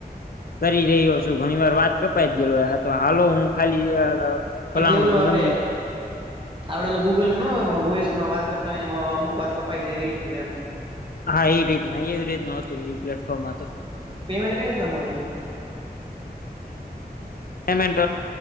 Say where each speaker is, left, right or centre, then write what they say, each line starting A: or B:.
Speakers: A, on the left; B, on the right.
A: કરી રહ્યો છું ઘણી વાર વાત કપાઈ ગેલો તો હાલો હું ખાલી ફલાણું
B: એટલે બોલું
A: કે
B: આપડે
A: ગમે
B: આપડે તો ગૂગલોસમાં વાત કરતા હોય ને અમુક વાત કપાઈ જાય એ રીતનું એમ
A: હા એ રીતના એવી રીત ન હતું એ પ્લેટફોર્મમાં તો
B: પેમેન્ટટ કર જ દં મળ તું
A: પેમેન્ટ